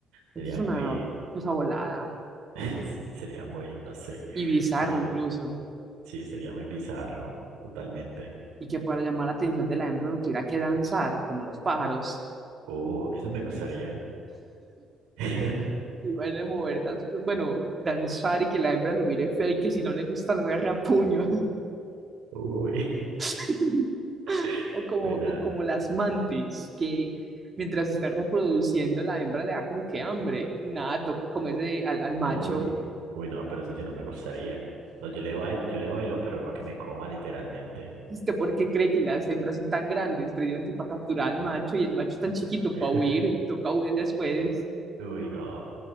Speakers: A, on the right; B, on the right.
A: Eso
B: Sería
A: es una
B: muy,
A: cosa volada
B: <laughs> sí, sería muy, no sé.
A: y bizarro
B: Sería.
A: incluso.
B: Sí, sería muy bizarro, totalmente.
A: Y que para llamar la atención de la hembra no tuviera que danzar como los pájaros.
B: Oh, eso me gustaría. <laughs>
A: Van a mover las, bueno, danzar y que la hembra lo mire feo y que si no le gusta lo agarra a puño.
B: Uy,
A: <laughs>
B: <laughs>
A: O como,
B: vela,
A: o como las mantis, que mientras está reproduciendo la hembra le da como que hambre y nada, toca comerse al, al macho.
B: uy, uy, no, pero eso sí no me gustaría. No, yo le bailo, yo le bailo, pero no que me coma literalmente.
A: ¿Usted por qué cree que las hembras son tan grandes? Precisamente para capturar al macho y el macho es tan chiquito
B: <laughs>
A: para huir, toca huir después.
B: Uy, no,